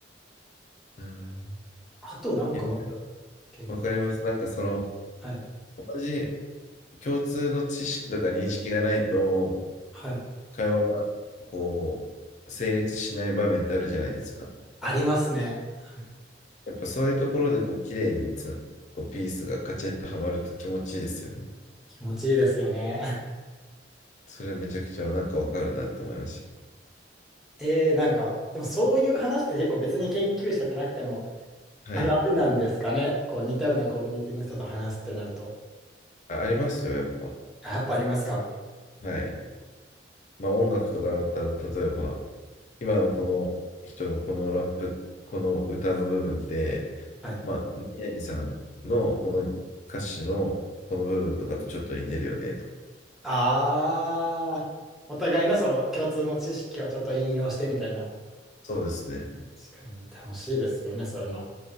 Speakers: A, on the left (about 40°); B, in the centre.
A: うん、
B: あとなんか
A: いや、
B: けん
A: わかります。なんかその、
B: はい。
A: 同じ共通の知識とか認識がないと、
B: はい。
A: 会話がこう、成立しない場面ってあるじゃないですか。
B: ありますね。はい
A: やっぱそういうところでこう、綺麗につ、こう、ピースがカチッとはまると気持ちいいですよね。
B: 気持ちいいですよね。
A: それめちゃくちゃなんかわかるなって思いまし
B: <laughs> えー、なんか、でもそういう話って結構別に研究者じゃなくても
A: た。
B: あるあるなんですかね。
A: はい。
B: こう似たようなコミュニティの人と話すってなると。
A: あ、ありますよ、やっぱ。
B: あ、やっぱありますか。
A: はい。まあ音楽とかだったら、例えば、今のこの人のこのラップ、この歌の部分って、
B: はい。
A: まあ、何々さんのこの歌詞のこの部分とかとちょっと似てるよねとか。
B: ああお互いのその共通の知識をちょっと引用してみたいな。
A: そうですね。
B: 確かに楽しいですよね、そういうの。